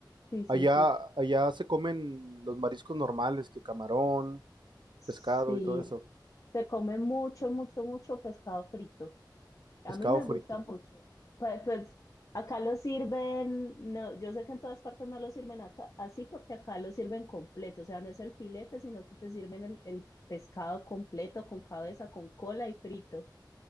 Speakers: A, on the left; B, on the right.
A: sí, sí,
B: Allá,
A: sí.
B: allá se comen los mariscos normales, que camarón,
A: Sí,
B: pescado y todo eso.
A: se come mucho, mucho, mucho pescado frito. A
B: Pescado
A: mí me
B: frito.
A: gusta mucho. Pues, pues acá lo sirven, no, yo sé que en todas partes no lo sirven acá, así porque acá lo sirven completo, o sea, no es el filete, sino que te sirven el, el pescado completo, con cabeza, con cola y frito.